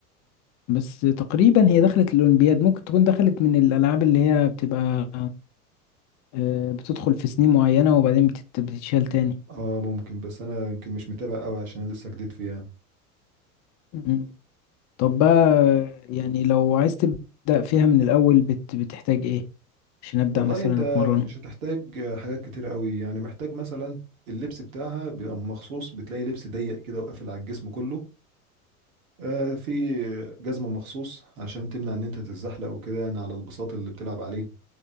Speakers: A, on the left (about 40°); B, on the right (about 65°).
A: بس تقريبا هي دخلت الأولمبياد ممكن تكون دخلت من الألعاب اللي هي بتبقى آه، بتدخل في سنين معينة وبعدين بتت- بتتشال تاني
B: اه ممكن بس انا يمكن مش متابع قوي عشان لسه جديد فيها
A: امم، طب بقى يعني لو عايز تبدأ فيها من الأول بت- بتحتاج ايه عشان ابدا
B: والله
A: مثلا
B: انت
A: اتمرن
B: مش هتحتاج حاجات كتير قوي يعني محتاج مثلا اللبس بتاعها بيبقى مخصوص بتلاقي لبس ضيق كده وقافل على الجسم كله آه في جزمة مخصوص عشان تمنع ان انت تتزحلق وكده يعني على البساط اللي بتلعب عليه